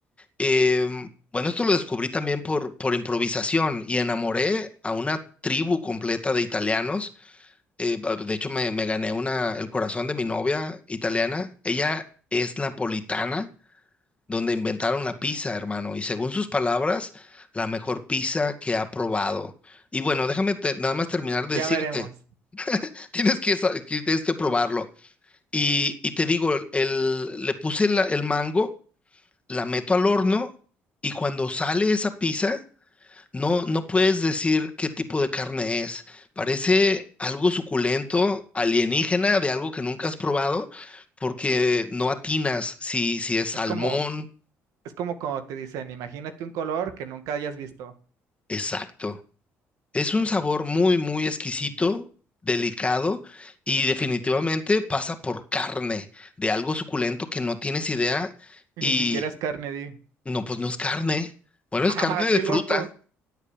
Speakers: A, on the left (about 20°); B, on the right (about 80°).
A: em, bueno, esto lo descubrí también por, por improvisación y enamoré a una tribu completa de italianos. Eh, ba- de hecho, me, me gané una, el corazón de mi novia italiana. Ella es napolitana donde inventaron la pizza, hermano, y según sus palabras, la mejor pizza que ha probado. Y bueno, déjame te- nada más terminar de
B: ya
A: decirte,
B: veremos.
A: <laughs> tienes que, sa- que tienes que probarlo. Y, y te digo, el, le puse la- el mango, la meto al horno y cuando sale esa pizza, no, no puedes decir qué tipo de carne es. Parece algo suculento, alienígena, de algo que nunca has probado, porque no atinas si, si es salmón.
B: Es como, es como cuando te dicen, imagínate un color que nunca hayas visto
A: Exacto. Es un sabor muy, muy exquisito, delicado y definitivamente pasa por carne, de algo suculento que no tienes idea
B: y
A: y
B: ni siquiera es carne, di.
A: no, pues no es carne. Bueno, es
B: Ah,
A: carne de
B: qué
A: fruta.
B: loco,